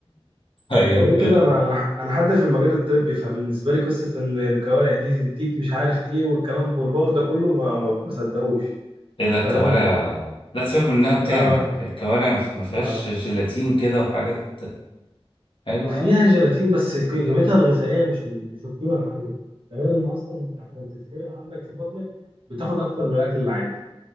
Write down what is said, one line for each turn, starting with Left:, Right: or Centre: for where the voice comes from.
Left: طيب
Right: وغير كده
Left: آه،
Right: انا انا انا حد في المجال الطبي فبالنسبه لي قصه ان الكوارع دي تديك مش عارف ايه والكلام والبار ده كله ما ما بصدقوش
Left: ايه ده الكوارع
Right: فاهم يعني
Left: لا سيبك من انها بتعمل
Right: ما ما
Left: الكوارع ما فيهاش
Right: آه.
Left: جيلاتين كده وحاجات حلوه
Right: فيها
Left: يعني
Right: جيلاتين بس ك- قيمتها الغذائيه مش ال- مش القيمه العاليه ده غير ان اصلا عشان تتحرق عندك في بطنك بتاخد اكتر من الاكل العادي